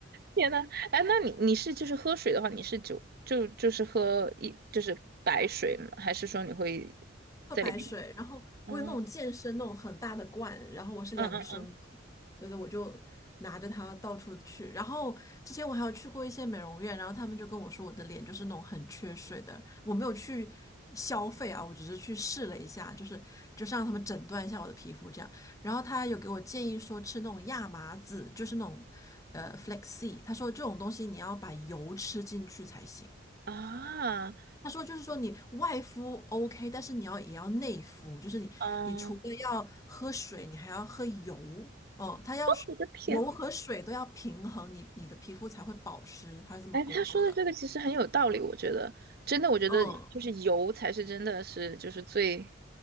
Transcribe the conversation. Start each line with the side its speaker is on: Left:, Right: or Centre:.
Right: 天呐，哎，那你你是就是喝水的话，你是就就就是喝一就是白水吗？还是说你会
Left: 喝白水，
Right: 在里面？
Left: 然后我有那种健身那种很大的罐，
Right: 嗯
Left: 然后我是两升的对对，
Right: 嗯嗯嗯
Left: 我就拿着它到处去。然后之前我还有去过一些美容院，然后他们就跟我说我的脸就是那种很缺水的，我没有去消费啊，我只是去试了一下，就是就是让他们诊断一下我的皮肤这样。然后他有给我建议说吃那种亚麻籽，就是那种呃 flaxseed，他说这种东西你要把油吃进去才行。
Right: 啊
Left: 他说就是说你外敷 OK，但是你要也要内敷，就是你你除了要喝水，
Right: 嗯，
Left: 你还要喝油。哦，他要是油和水都要平衡，
Right: 我的天，
Left: 你你的皮肤才会保湿。他是这么跟我说的。
Right: 哎，他说的这个其实很有道理，我觉得真的，我觉得就是油才是真的是就是最，
Left: 嗯，